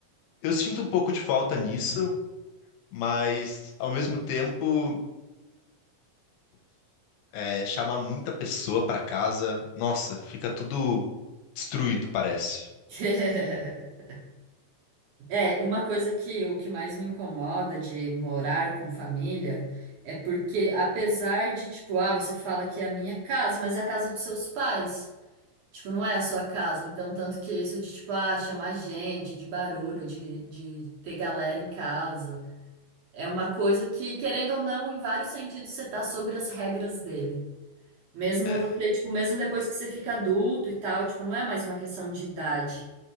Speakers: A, on the left; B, on the right.
A: Eu sinto um pouco de falta nisso, mas, ao mesmo tempo, é, chamar muita pessoa pra casa, nossa, fica tudo destruído, parece.
B: <laughs> É, uma coisa que o que mais me incomoda de morar com família é porque apesar de tipo, ah, você fala que é a minha casa, mas é a casa dos seus pais. Tipo, não é a sua casa. Então, tanto que isso de, tipo, ah, chamar gente, de barulho, de, de ter galera em casa, é uma coisa que, querendo ou não, em vários sentidos, você tá sobre as regras dele. Mesmo
A: É.
B: você, tipo, mesmo depois que você fica adulto e tal, tipo, não é mais uma questão de idade.